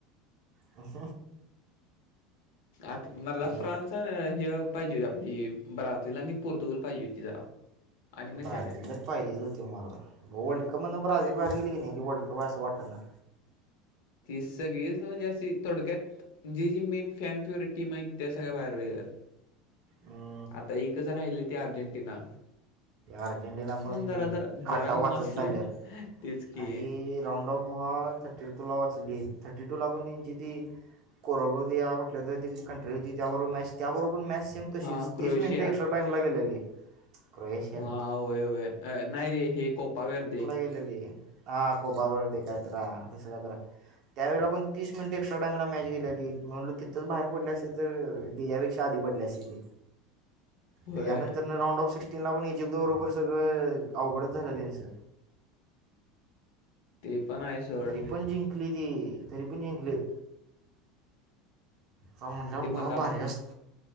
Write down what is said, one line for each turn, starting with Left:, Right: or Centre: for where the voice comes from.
Right: अस
Left: आ मरला फ्रान्स
Right: तो.
Left: ह पाहिजे होती आपली ब्राझील आणि पोर्तुगल पाहिजे होती जरा आणि मजा
Right: ब्राझीलल
Left: आली असती
Right: तर पाहिजेच होती मारला वर्ल्ड कप म्हण ब्राील बाहेर गेली की नाही ते वर्ल्ड कप असं वाटत ना.
Left: ती सगळीच म्हणजे अशी थोडक्यात जी जी मेन फॅन फेवरेट टीम आहे त्या सगळ्या बाहेर गेल्यात.
Right: हा
Left: आता एकच राहिलय ते अर्जेंटिना.
Right: अर्जेंटिना पण
Left: जरा जरा
Right: काटा
Left: जरा कमी
Right: वाचत
Left: वाचल्या
Right: चालल्यात
Left: तेच की
Right: अरे राऊंड ऑफ ह. थर्टी टूला वाचली थर्टी टूला पण त्यांची ती. कोरोवरत्या कुठल्या तरी ते ची कंट्री होती त्याबरोबर मॅच. त्याबरोबर मॅच सेम
Left: हा
Right: तशीच
Left: क्रोएशिया
Right: तीस मिनिटे एक्स्ट्रा टाईम लागेलली र येश.
Left: हा व्हय व्हय य नाही रे हे कोपा वर दे.
Right: केलेली हा कोबवरर दे काय तर आ तसं काय जरा.. त्यावेळेला पण तीस मिनट एक्स्ट्राईम मॅच गेलेली. म्हणून तिथं बाहेर पडले असे तर त्याच्यापेक्षा आधी पडले असतील.
Left: होय
Right: ते यानंतर राऊंड ऑफ सिक्स्टीन ला पण जिप. बरोबर सगळं अवघडच झालं त्यांच.
Left: ते पण आहे सोड
Right: तरी पण जिंकली ती तरी पण जिंकलीत. त म्हणलं
Left: ते
Right: बहोत
Left: मर्दा
Right: भारी असत.